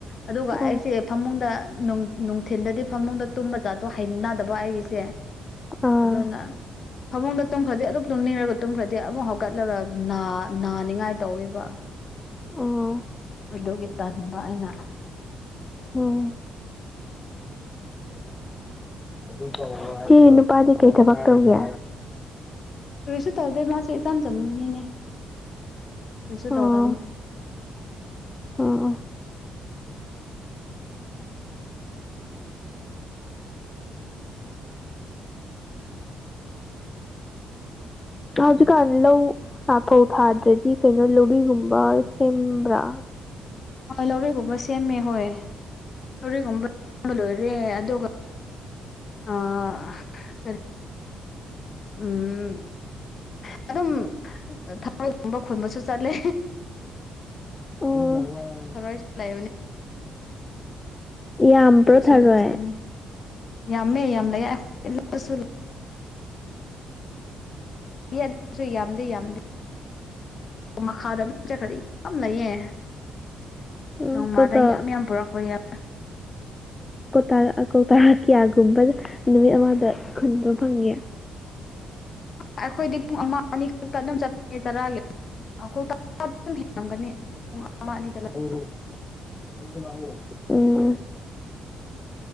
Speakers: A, on the left; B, on the left.
A: ꯑꯗꯨꯒ
B: ꯎꯝ
A: ꯑꯩꯁꯦ ꯐꯃꯨꯡꯗ ꯅꯨꯡꯊꯤꯟꯗꯗꯤ ꯐꯃꯨꯡꯗ ꯇꯨꯝꯕ ꯆꯥꯠꯇꯣ ꯍꯅꯗꯕ ꯑꯩꯒꯤꯁꯦ
B: ꯑꯥ
A: ꯑꯗꯨꯅ ꯐꯃꯨꯡꯗ ꯇꯨꯝꯈ꯭ꯔꯗꯤ ꯑꯗꯨꯛ ꯇꯨꯝꯅꯤꯡꯔꯒ ꯇꯨꯝꯈ꯭ꯔꯗꯤ ꯑꯃꯨꯛ ꯍꯧꯒꯠꯂꯒ ꯅꯥꯅꯤꯡꯉꯥꯏ ꯇꯧꯋꯕ
B: ꯎꯝ
A: ꯑꯗꯨꯒꯤ ꯇꯟꯥꯟꯕ ꯑꯩꯅ
B: ꯎꯝ ꯑꯗꯨ ꯇ ꯁꯤ ꯅꯨꯄꯥꯗꯤ ꯀꯩ ꯊꯕꯛ ꯇꯧꯒꯦ꯫
A: ꯔꯏꯁꯁꯨ ꯇꯧꯗꯩ ꯃꯥꯁꯦ ꯆꯥꯖ ꯃꯤꯅꯦ ꯔꯏꯁꯁꯨ
B: ꯑꯣ
A: ꯇꯧꯗꯅꯤ꯫
B: ꯑꯣ ꯍꯧꯖꯤꯛꯀꯥꯟ ꯂꯧ ꯐꯧ ꯊꯥꯗ꯭ꯔꯗꯤ ꯀꯩꯅꯣ ꯂꯕꯤꯒꯨꯝꯕ ꯁꯦꯝꯕ꯭ꯔꯥ
A: ꯍꯣꯏ ꯂꯧꯔꯤꯒꯨꯝꯕ ꯁꯦꯝꯃꯦ ꯍꯣꯏ ꯂꯧꯔꯤꯒꯨꯝꯕ ꯂꯣꯏꯔꯦ ꯑꯗꯨꯒ ꯑ ꯀꯔꯤ ꯎꯝ ꯑꯗꯣ
B: <inaudible>
A: ꯊꯃꯣꯏꯒꯨꯝꯕ ꯈꯣꯏꯕꯁꯨ ꯆꯠꯂꯦ꯫
B: ꯑꯣ
A: ꯁꯔꯣꯏ ꯆ ꯂꯥꯏꯕꯣ
B: ꯌꯥꯝꯕ꯭ꯔꯣ
A: ꯁꯨ
B: ꯊꯔꯣꯏ
A: ꯑꯗꯨꯝ ꯆꯠꯉ ꯌꯥꯝꯃꯦ ꯌꯥꯝ ꯂꯩ ꯑꯩꯈꯣꯏꯁꯨ ꯌꯦꯁꯨ ꯌꯥꯝꯗꯤꯦ ꯌꯥꯝꯗꯦ꯫ ꯃꯈꯥꯗ ꯑꯗꯨ ꯆꯠꯈ꯭ꯔ ꯌꯥꯝ ꯂꯩꯌꯦ꯫
B: ꯎꯝ
A: ꯅꯣꯡꯃꯥꯗ
B: ꯀꯧꯇꯥ
A: ꯌꯥꯝ ꯌꯥꯝ ꯄꯨꯔꯛꯄ ꯌꯥꯏ꯫
B: ꯇꯥ ꯀꯧꯇꯥꯔ ꯀꯌꯥꯒꯨꯝꯕ ꯅꯨꯃꯤꯠ ꯑꯃꯗ ꯈꯨꯟꯕ ꯐꯪꯉꯦ꯫
A: ꯑꯩꯈꯣꯏꯗꯤ ꯄꯨꯡ ꯑꯃ ꯑꯅꯤ ꯈꯛꯇ ꯑꯗꯨꯝ ꯆꯠꯄꯦ ꯆꯔꯥꯒ ꯑꯩꯈꯣꯏ ꯑꯗꯨ ꯍꯦꯟꯉꯝꯒꯅꯤ ꯄꯨꯡꯅꯤ
B: <inaudible>